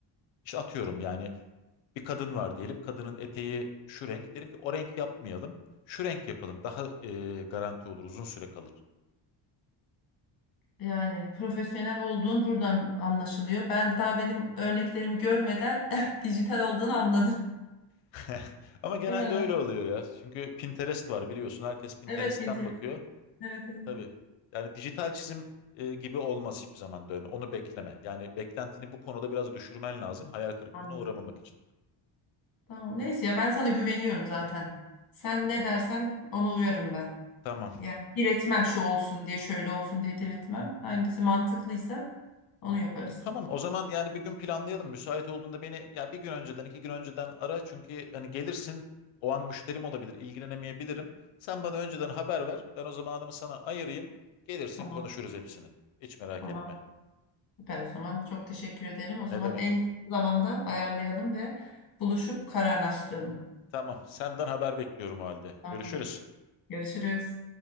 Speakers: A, on the left; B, on the left.
A: İşte atıyorum yani bir kadın var diyelim. Kadının eteği şu renk. Derim ki o renk yapmayalım. Şu renk yapalım. Daha e, garanti olur. Uzun süre kalır.
B: Yani profesyonel olduğun buradan anlaşılıyor. Ben daha benim örneklerimi görmeden <laughs> dijital olduğunu anladım.
A: <laughs> Ama genelde
B: Değil mi lan?
A: öyle oluyor ya. Çünkü Pinterest var biliyorsun. Herkes Pinterest'ten
B: Evet Pinterest.
A: bakıyor.
B: Evet evet.
A: Tabii. Yani dijital çizim e, gibi olmaz hiçbir zaman dövme. Onu bekleme. Yani beklentini bu konuda biraz düşürmen lazım. Hayal kırıklığına
B: Anladım.
A: uğramamak için.
B: Tamam neyse ya ben sana güveniyorum zaten. Sen ne dersen ona uyarım ben.
A: Tamam.
B: Yani diretmem şu olsun diye şöyle olsun diye diretmem. Hangisi mantıklıysa onu yaparız.
A: Tamam o zaman yani bir gün planlayalım. Müsait olduğunda beni ya bir gün önceden iki gün önceden ara. Çünkü hani gelirsin o an müşterim olabilir ilgilenemeyebilirim. Sen bana önceden haber ver. Ben o zamanımı sana ayırayım. Gelirsin
B: Tamam.
A: konuşuruz hepsini. Hiç merak
B: Tamam.
A: etme.
B: Süper o zaman. Çok teşekkür ederim. O zaman
A: Ne demek?
B: en kısa zamanda ayarlayalım ve buluşup kararlaştıralım.
A: Tamam senden haber bekliyorum o halde.
B: Tamamdır.
A: Görüşürüz.
B: Görüşürüz.